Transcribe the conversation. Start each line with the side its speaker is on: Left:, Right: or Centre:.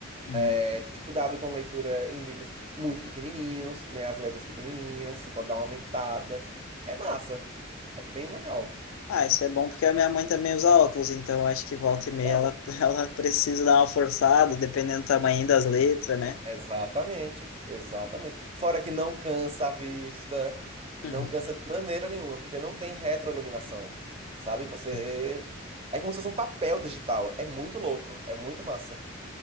Left: Uhum.
Right: é, dificuldade com leitura em livros muito pequenininhos, né? As letras pequenininhas, você pode dar uma aumentada. É massa. É bem legal.
Left: Ah, isso é bom porque a minha mãe também usa óculos, então eu acho que volta
Right: Então,
Left: e meia ela, <laughs> ela precisa dar uma forçada, dependendo do tamanho das letras, né?
Right: Exatamente, exatamente. Fora que não cansa a vista, não
Left: Uhum.
Right: cansa de maneira nenhuma, porque não tem retroiluminação, sabe? Você.
Left: Sim.
Right: É como se fosse um papel digital. É muito louco, é muito massa.